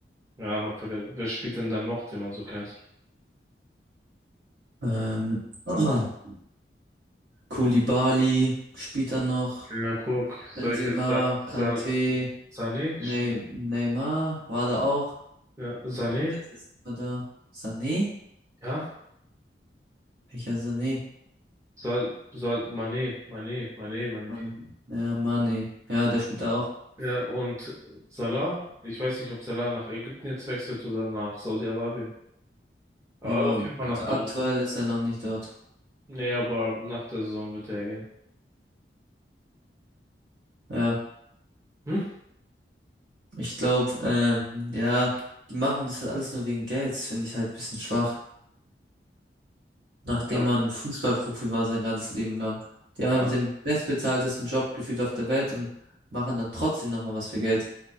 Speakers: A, on the right (about 15°); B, on the right (about 80°).
A: Ja, hab verge- wer spielt denn da noch, den man so kennt?
B: Ähm, <clears throat> Koulibaly spielt da noch.
A: Ja, guck,
B: Benzema,
A: solche Sa Sa
B: Kanté,
A: Sané,
B: Ney
A: spielt-
B: Neymar war da auch.
A: ja, Sané,
B: Aber der ist immer da. Sané?
A: ja,
B: Welcher Sané?
A: Sa Sa Mané, Mané, Mané, meine
B: Man
A: ich.
B: ja, Mané. Ja, der spielt da auch.
A: Ja, und Salah, ich weiß nicht, ob Salah nach Ägypten jetzt wechselt oder nach Saudi-Arabien. Aber
B: Ja, aber
A: auf jeden Fall
B: also
A: nach da
B: aktuell
A: unten.
B: ist er noch nicht dort.
A: Nee, aber nach der Saison wird er gehen.
B: Ja,
A: Hm?
B: ich glaube, ähm, ja, die machen das alles nur wegen Gelds, finde ich halt ein bisschen schwach. nachdem
A: Ja.
B: man Fußballprofi war sein ganzes Leben lang. Die
A: Ja,
B: haben einfach den bestbezahltesten Job gefühlt auf der Welt und machen dann trotzdem nochmal was für Geld,